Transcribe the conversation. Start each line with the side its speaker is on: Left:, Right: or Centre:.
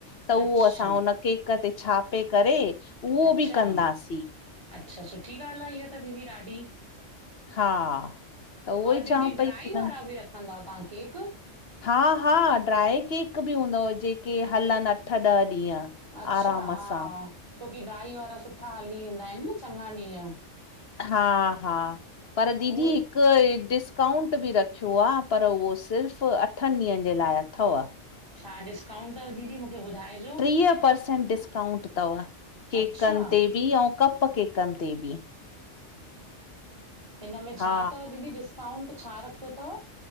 Left: त उहो
Right: अच्छा
Left: असां हुन केक ते छापे करे उहो
Right: अच्छा
Left: बि कंदासीं
Right: अच्छा सुठी ॻाल्हि आहे इहा त दीदी ॾाढी
Left: हा त उहो
Right: और
Left: ई
Right: दीदी
Left: चवां पई
Right: ड्राई
Left: की न
Right: वारा बि रखंदा तव्हां केक?
Left: हा हा ड्राए केक बि हूंदव जेके हलनि अठ ॾह ॾींहं
Right: अच्छा
Left: आराम
Right: हा
Left: सां
Right: छोकी ड्राई वारा सुठा हली वेंदा आहिनि न चङा ॾींहं
Left: हा हा पर दीदी
Right: उहे
Left: हिकु हिडिस अकाउंट बि रखियो आहे पर उहो सिर्फ़ु अठनि ॾींहंनि जे लाइ अथव
Right: छा डिस्काउंट अथव दीदी मूंखे ॿुधाइजो
Left: ट्रीह परर्सेंट डिस्काउंट अथव केकनि
Right: अच्छा
Left: ते बि ऐं कप केकनि ते बि
Right: हिनमें
Left: हा
Right: छा अथव दीदी डिस्काउंट छा रखियो अथव?